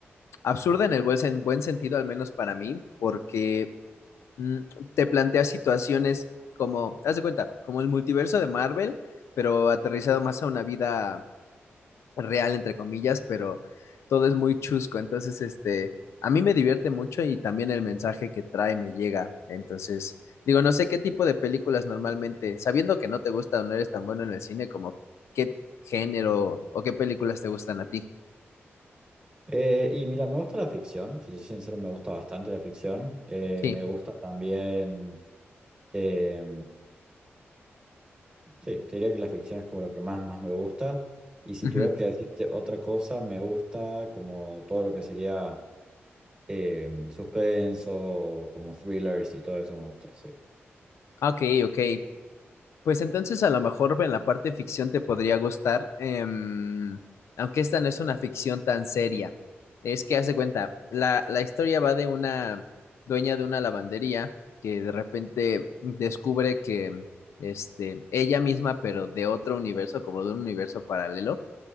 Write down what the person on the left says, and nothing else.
absurda en el buen, sen- buen sentido, al menos para mí, porque mm, te plantea situaciones como, haz de cuenta, como el multiverso de Marvel, pero aterrizado más a una vida real, entre comillas, pero todo es muy chusco. Entonces, este, a mí me divierte mucho y también el mensaje que trae me llega. Entonces, digo, no sé qué tipo de películas normalmente, sabiendo que no te gusta o no eres tan bueno en el cine, como qué género o qué películas te gustan a ti.
Sí.
Ujú.
Ok, ok. Pues entonces a lo mejor en la parte ficción te podría gustar, em, aunque esta no es una ficción tan seria. Es que haz de cuenta, la, la historia va de una dueña de una lavandería que de repente descubre que este, ella misma, pero de otro universo, como de un universo paralelo,